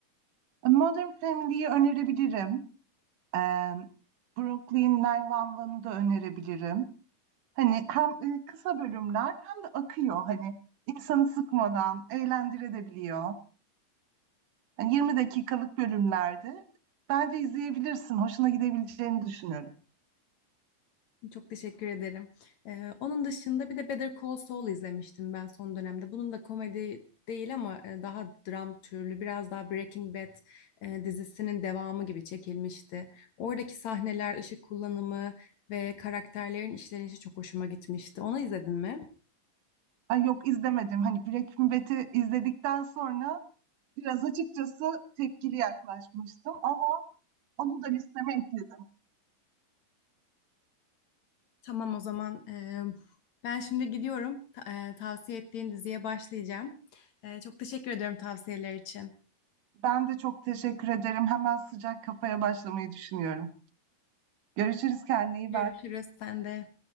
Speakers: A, on the right (about 70°); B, on the left (about 60°).
A: Modern Family'yi önerebilirim. E, Brooklyn Nine-One'u da önerebilirim. Hani hem e, kısa bölümler hem de akıyor hani insanı sıkmadan eğlendirebiliyor. Yani 20 dakikalık bölümlerde. Bence izleyebilirsin. Hoşuna gidebileceğini düşünüyorum.
B: Çok teşekkür ederim. Ee, onun dışında bir de Better Call Saul izlemiştim ben son dönemde. Bunun da komedi değil ama e, daha dram türlü, biraz daha Breaking Bad e, dizisinin devamı gibi çekilmişti. Oradaki sahneler, ışık kullanımı ve karakterlerin işlenişi çok hoşuma gitmişti. Onu izledin mi?
A: Ay yok izlemedim. Hani Breaking Bad'i izledikten sonra biraz açıkçası tepkili yaklaşmıştım ama onu da listeme ekledim.
B: Tamam o zaman e, ben şimdi gidiyorum. Ta- e, tavsiye ettiğin diziye başlayacağım. E, çok teşekkür ediyorum tavsiyeler için.
A: Ben de çok teşekkür ederim. Hemen sıcak kafaya başlamayı düşünüyorum. Görüşürüz kendine iyi
B: Görüşürüz
A: bak.
B: sen de.